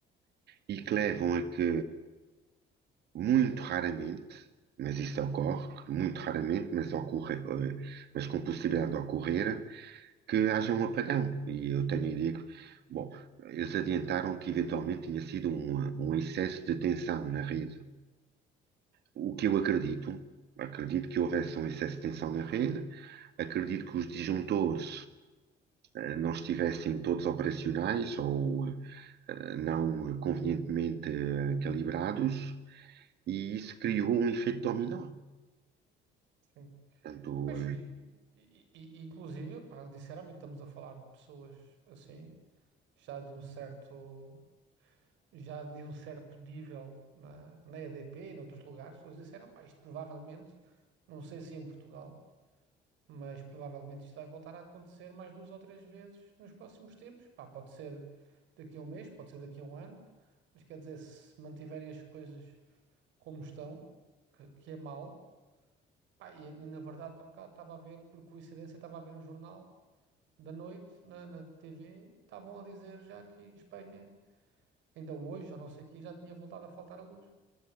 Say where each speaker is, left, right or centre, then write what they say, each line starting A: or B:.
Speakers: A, on the right; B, on the right.
A: e que levam a que muito raramente, mas isso ocorre, muito raramente, mas, ocorre, eh, mas com possibilidade de ocorrer, que haja um apagão. E eu tenho a ideia que, bom, eles adiantaram que eventualmente tinha sido um, um excesso de tensão na rede. O que eu acredito, acredito que houvesse um excesso de tensão na rede, acredito que os disjuntores eh, não estivessem todos operacionais ou eh, eh, não convenientemente eh, calibrados e isso criou um efeito dominó.
B: sim.
A: Portanto,
B: Pois, e, e- e- inclusive, pá, sinceramente, estamos a falar de pessoas assim, já de um certo. já de um certo nível na, na EDP e noutros lugares, eles disseram, pá, isto provavelmente, não sei se em Portugal, mas provavelmente isto vai voltar a acontecer mais duas ou três vezes nos próximos tempos. Pá, pode ser daqui a um mês, pode ser daqui a um ano, mas quer dizer, se mantiverem as coisas como estão, que, que é mal, pá, e, e na verdade há bocado estava a ver, por coincidência, estava a ver o jornal da noite na, na TV e estavam a dizer já que Espanha, ainda hoje, ou não sei o que, já tinha voltado a faltar a luz.